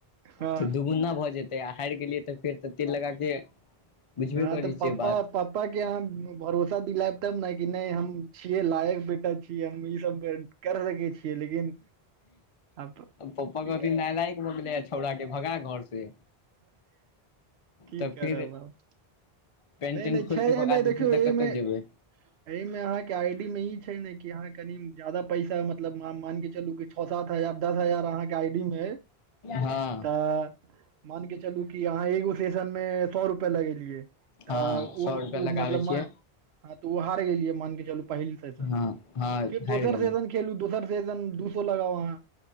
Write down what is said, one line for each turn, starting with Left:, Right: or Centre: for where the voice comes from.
Right: हँ
Left: तऽ दुगुना भऽ जेतै आ हारि गेलियै तऽ फेर तऽ तेल लगा के
Right: हँ
Left: बुझबे करै
Right: तऽ पप्पा
Left: छीयै बात।
Right: पप्पा के अहाँ भरोसा दिलायब तब ने कि नहि हम छीयै लायक बेटा छीयै हम ई सब कर सकै छियै लेकिन आब
Left: पप्पा
Right: की
Left: कहथिन
Right: के
Left: नलायक भऽ गेलए छौड़ा छौड़ाके भगा घर से।
Right: की
Left: तऽ
Right: करब
Left: फिर
Right: आब।
Left: पेंट
Right: नहि
Left: तेंट
Right: नहि
Left: खोल
Right: छैय
Left: के
Right: एहिमे
Left: भगा देथिन
Right: देखियौ
Left: तऽ
Right: ओहिमे
Left: कतऽ जेबै
Right: एहि में अहाँ के आईडी में ई छैय ने कि अहाँ कनि ज्यादा पैसा मतलब मायन के चलू किछ छः सात हजार दस हजार अहाँ के आईडी में
Left: हँ
Right: तऽ मान के चलू की अहाँ एगो सेशन में सए रुपआ लगेलियै
Left: हँ
Right: तऽ उ
Left: सौ
Right: उ
Left: रुपआ लगाबै
Right: मतलब
Left: छियै
Right: म तऽ ओ हार गेलियै मान के चलू पहिल सेसन
Left: हँ हँ
Right: फिर
Left: हारि
Right: दोसर
Left: गेलहुँ
Right: सेसन के खेलू दोसर सेजन दू सौ लगाउ अहां।